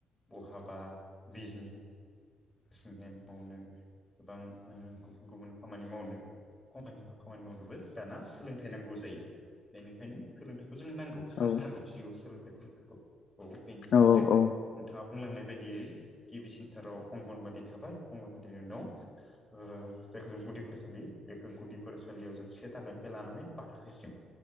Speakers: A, on the left (about 20°); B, on the left (about 65°).
A: बहाबा बा बिजनेस समेन मावनो गोबां गुबुन गुबुन खामानि मावनो कम्पानिफोराव खामानि मावनोबो दाना सोलोंथाइ नांगौ जायो बेनिखायनो सोलोंथाइखौ जों नांगौ। नांथारगौ
B: औ
A: जिउआव सोलोंथाइ नांथारगौ औ बेनिखायनो
B: औ
A: जोङो
B: औ
A: नोंथाङा बुंलांनाय बायदियै गिबि सेन्टाराव अंगनबादि थाबाय अंगनबादिनो दं ओ जायखौ जों गुदि फरायसालि बेखौ गुदि फरायसालियाव जों से थाखोनिफ्राय लानानै बा थाखोसिम